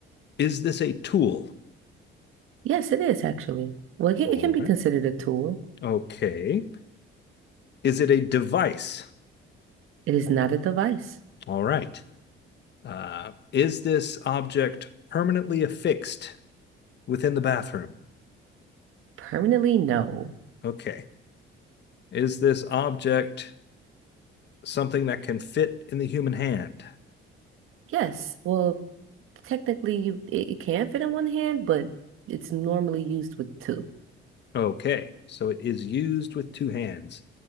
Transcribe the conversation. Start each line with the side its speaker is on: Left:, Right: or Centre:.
Left: Is this a tool?
Right: Yes, it is actually. Well, it can,
Left: All
Right: it can be
Left: right.
Right: considered a tool.
Left: Okay. Is it a device?
Right: It is not a device.
Left: All right. Uh, is this object permanently affixed within the bathroom?
Right: Permanently, no.
Left: Okay. Is this object something that can fit in the human hand?
Right: Yes. Well, technically, you it, it can fit in one hand, but it's normally used with two,
Left: Okay. So it is used with two hands.